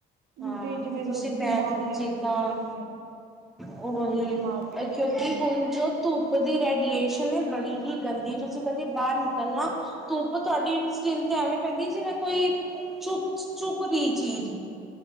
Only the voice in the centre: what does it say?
ਹਾਂ
ਤੇ ਤੁਸੀ
ਬੈੰਕ
ਦੀ ਸ਼੍ਰੀ
ਕਾਲ।
ਉਹ ਵੀ
ਇਹ ਕਿਉਂਕਿ
ਹੁਣ ਜੋ ਧੂੱਪ ਦੀ ਰੇਡੀਏ ਸ਼ਨ ਨਾ ਬੜੀ ਹੀ ਗੰਦੀ, ਤੁਸੀਂ ਕਦੀ ਬਾਰ ਨਿਕਲਣਾ, ਧੁੱਪ ਤੁਹਾਡੀ ਸਕਿਨ ਤੇ ਐਵੇਂ ਪੈਂਦੀ ਜਿਵੇਂ ਕੋਈ ਚੁੱ ਚੁੱਭ ਰੀ ਚੀਜ਼।